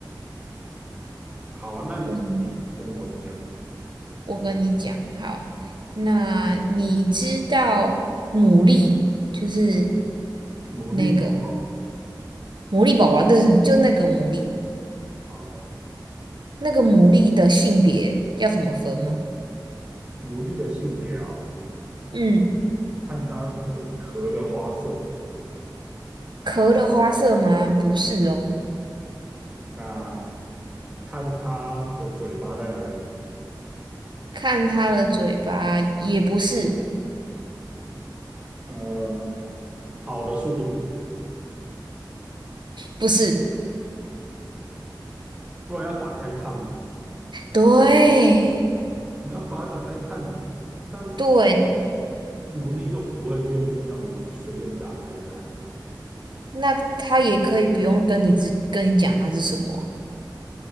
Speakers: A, on the right; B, on the right.
A: 好啊，那你
B: 嗯
A: 跟我讲，
B: 我跟你讲，好，那你知道牡蛎就是
A: 牡蛎宝宝。
B: 那个牡蛎宝宝，对，就那个牡蛎，
A: 好，
B: 那个牡蛎的性别要怎么分吗？
A: 牡蛎的性别啊、
B: 嗯，
A: 看它的壳的花色，
B: 壳的花色吗？不是哦，
A: 那看它的嘴巴在哪里，
B: 看它的嘴巴也不是，
A: 呃，跑的速度，
B: 不是，
A: 不然要打开看嘛。
B: 对
A: 你要把它打开看，但
B: 对，
A: 牡蛎又不会愿意让你随便打开看。
B: 那它也可以不用跟你只跟你讲它是什么啊